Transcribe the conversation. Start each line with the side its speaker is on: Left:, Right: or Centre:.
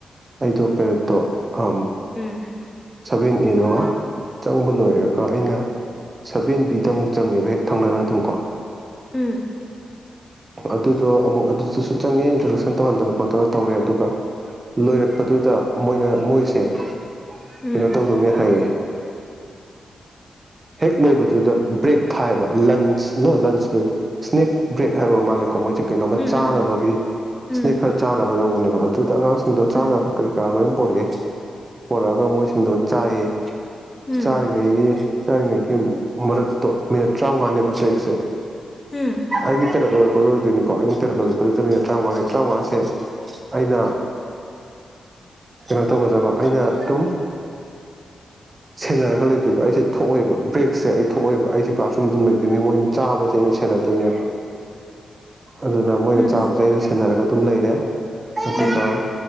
Right: ꯑꯩꯗꯣ ꯄꯦꯔꯦꯠꯇꯣ ꯑ
Left: ꯎꯝ
Right: ꯁ ꯏꯗ ꯋꯥ ꯆꯪꯕ ꯂꯣꯏꯔꯒ ꯑꯩꯅ ꯁꯚꯦꯟ ꯄꯤꯗꯨꯛꯪꯉꯦꯕ ꯍꯦꯛ ꯊꯪꯅꯅ ꯑꯗꯨꯝꯀꯣ
Left: ꯎꯝ
Right: ꯑꯗꯨꯗꯣ ꯑꯃꯨꯛ ꯑꯗꯨꯗꯁꯨ ꯆꯪꯉꯦ ꯏꯟꯇ꯭ꯔꯗꯛꯁꯟ ꯇꯧꯍꯟꯗꯅ ꯈꯣꯠꯇꯅ ꯇꯧꯔꯦ ꯑꯗꯨꯒ ꯂꯣꯏꯔꯛꯄꯗꯨꯗ ꯃꯣꯏꯅ ꯣꯏꯁꯦ
Left: ꯎꯝ
Right: ꯀꯩꯅꯣ ꯇꯧꯗꯧꯅꯦ ꯍꯥꯏꯌꯦ ꯍꯦꯛ ꯂꯣꯏꯕꯗꯨꯗ ꯕ꯭ꯔꯦꯛ ꯊꯥꯏꯑꯕ ꯂꯟꯁ ꯅꯣ ꯂꯟꯁ ꯎꯝ ꯁ꯭ꯅꯦꯛ ꯕ꯭ꯔꯦꯛ ꯍꯥꯏꯕ ꯃꯥꯜꯂꯦꯀꯣ ꯃꯣꯏꯁꯦ ꯀꯩꯅꯣꯝꯃ
Left: ꯎꯝ
Right: ꯆꯥꯅꯕꯒꯤ
Left: ꯎꯝ
Right: ꯁ꯭ꯅꯦꯛ ꯈꯔ ꯆꯥꯅꯕꯗꯧꯕꯅꯦꯕ ꯑꯗꯨꯗ ꯑꯉꯥꯡꯁꯤꯡꯗꯣ
Left: ꯎꯝ
Right: ꯆꯥꯅꯕ ꯀꯔꯤ ꯀꯔꯥ ꯂꯣꯏꯅ ꯄꯣꯔꯛꯑꯦ ꯄꯣꯔꯛꯑꯒ ꯃꯣꯏꯁꯤꯡꯗꯣ ꯆꯥꯏꯌꯦ
Left: ꯎꯝ
Right: ꯆꯥꯔꯤꯉꯩꯒꯤ
Left: ꯎꯝ
Right: ꯆꯥꯔꯤꯉꯩꯒꯤ ꯃꯔꯛꯇꯣ ꯃꯤꯅꯠ ꯇꯔꯥꯃꯉꯥꯅꯦꯕ ꯕ꯭ꯔꯦꯛꯁꯦ
Left: ꯎꯝ ꯎꯝ
Right: ꯍꯥꯏ ꯇꯔ ꯇ ꯀ ꯅꯤꯣ ꯑꯩꯅꯔ ꯐ ꯇꯃꯤꯅ ꯇꯔꯥꯉꯥ ꯇꯔꯥꯃꯉꯥꯁꯦ ꯑꯩꯅ ꯀꯩꯅꯣ ꯇꯧꯒꯗꯕ ꯑꯩꯅ ꯑꯗꯨꯝ ꯁꯦꯟꯅꯔꯒ ꯂꯩꯇꯣꯏꯕ ꯑꯩꯁꯦ ꯊꯣꯛꯑꯏꯦꯕ ꯕ꯭ꯔꯦꯛꯁꯦ ꯑꯩ ꯊꯣꯛꯑꯏꯦꯕ ꯑꯩꯁꯦ ꯀ꯭ꯂꯥꯁ ꯔꯨꯝ ꯑꯗꯨꯝ ꯂꯩꯗꯣꯏꯅꯦ ꯃꯣꯏꯅ ꯆꯥꯕꯁꯤ ꯑꯩꯅ ꯁꯦꯟꯅꯗꯣꯏꯅꯦꯕ ꯑꯗꯨꯅ ꯃꯣꯏꯅ
Left: ꯎꯝ ꯎꯝ ꯎꯝ ꯎꯝ
Right: ꯆꯥꯕꯁꯦ ꯑꯩꯅ ꯁꯦꯟꯅꯔꯒ ꯑꯗꯨꯝ ꯂꯩꯔꯦ ꯁꯤꯠꯇꯀꯣ
Left: ꯎꯝ ꯎꯝ ꯎꯝ ꯎꯝ